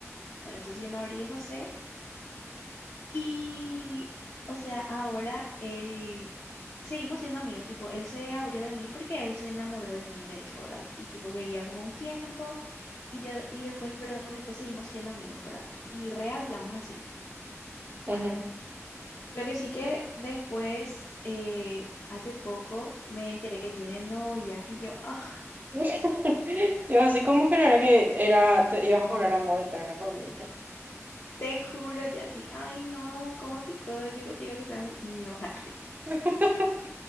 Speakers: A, on the left; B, on the right.
A: bueno, entonces yo me abrí de José y, o sea, ahora él, seguimos siendo amigos, tipo, él se abrió de mí porque él se enamoró de mí, me dijo, ¿verdad? Y tipo, quería como un tiempo. Y yo, y después, pero después seguimos siendo amigos, ¿verdad? Y rehablamos así. Bueno,
B: Ujú.
A: lo que sí que después, eh, hace poco, me enteré que tiene novia y yo, ah, <laughs>
B: <laughs> Yo así como que no era que era, te ibas a jurar amor eterno por mí.
A: te juro, yo así, ay no, cómo picó, yo que quiero que sea mi, mi hoja,
B: <laughs>